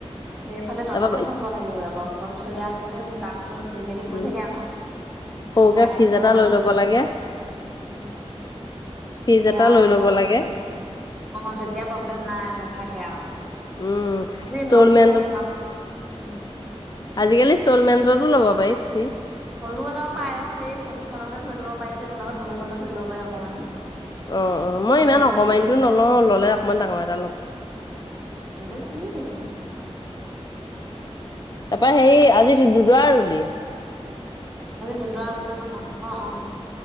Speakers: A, in the centre; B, on the left.
A: এইফালে তলতহে
B: তাৰপা
A: থব লাগিব এবাৰ ওপৰতে থৈ দা আছে যেৰ তাত তোৰ কি খদি পৰি
B: উম
A: থাকে আকৌ।
B: সৰুকে
A: আঠাইতোল
B: ফ্ৰিজ এটা লৈ ল'ব
A: উম,
B: লাগে। ফ্ৰিজ
A: তেতিয়া
B: এটা লৈ
A: একো
B: ল'ব
A: প্ৰব্লেম
B: লাগে
A: নাই অ, তেতিয়া প্ৰব্লেম নাই নাথাকে আৰু।
B: উম,
A: আজি
B: সষ্টলমেণ।
A: নখ হেৰি নখ উম
B: আজিকালি ইনষ্টলমেন্টতো ল'ব পাৰি ফিজ
A: সৰু এটাও পায় অ, সেই চকীখনতে থৈ দিব পাৰি যে তেনেকুৱা তুল এখনতে থৈ দিব পাৰি অকমানি
B: অ - অ মই
A: সেইবোৰো
B: ইমান অকমানটো
A: থব পাৰি
B: নলও ললে অকমান ডাঙৰ এটা লম।
A: কিছে ত <unintelligible>
B: তাৰপৰা সেই আজি দুদৰা ৰুলি
A: আজি দুদলো ন অ - অ